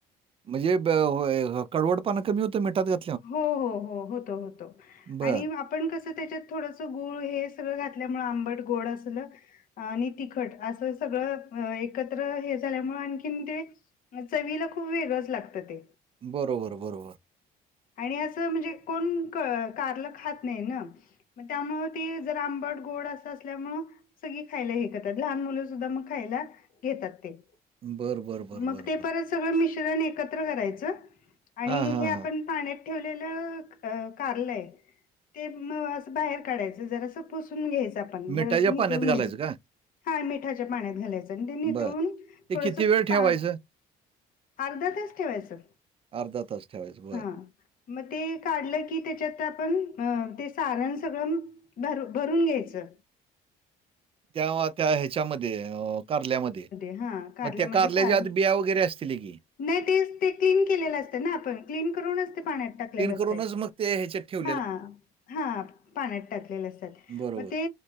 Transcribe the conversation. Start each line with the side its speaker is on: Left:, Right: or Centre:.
Right: म्हणजे ब अ हे कडवड पणा कमी होत मिठात घ
Left: हो हो हो होत होत
Right: बर
Left: आणि अप पण कसं त्याच्यात थोडंसं गुळ हे सगळं घातल्यामुळ आंबट गोड असल आणि तिखट असं सगळं एकत्र हे झाल्यामुळे आणखीन ते मग चवीला खूप वेगळंच लागतं ते.
Right: बरोबर बरोबर.
Left: आणि असं म्हणजे कोण क कारल खात नाही ना. मग त्यामुळ ते जर आंबट गोड असं असल्यामुळ सगळी खायला हे करतात लहान मुलं सुद्धा मग खायला घेतात ते.
Right: बर बर बर
Left: मग
Right: बर
Left: ते
Right: बर
Left: परत सगळ मिश्रण एकत्र करायच आणि
Right: हां हां
Left: हे आपण
Right: हां
Left: पाण्यात ठेवलेलं अ कारलंय ते मग असं बाहेर काढायचं जरा अस पुसून घ्यायचं आपण जरासं
Right: मिठाच्या
Left: नितळून
Right: पाण्यात
Left: घ्यायचं.
Right: घालायचं का
Left: हा मिठाच्या पाण्यात घालायचं आणि ते नितळून
Right: बरं. ते
Left: थोडस
Right: किती वेळ ठेवायचं?
Left: पा अर्धा तास ठेवायचं
Right: अर्धा तास ठेवायचं बरं.
Left: हा. मग ते काढलं की त्याच्यात ते आपण अ ते सारण सगळं भर भरून घ्यायचं.
Right: त्या त्या ह्याच्यामध्ये अ कारल्यामध्ये
Left: हा कारल्यामध्ये
Right: मग त्या कारल्याच्या
Left: सारण
Right: आत बिया वगैरे असत धुतले की.
Left: नाही तेच ते क्लीन केलेलं असतं ना आपण क्लीन करूनच ते पाण्यात टाकलेलं असत.
Right: करून च मग ते ह्याच्यात ठेव
Left: हा हा पाण्यात टाकलेले असतात
Right: बरोबर.
Left: मग ते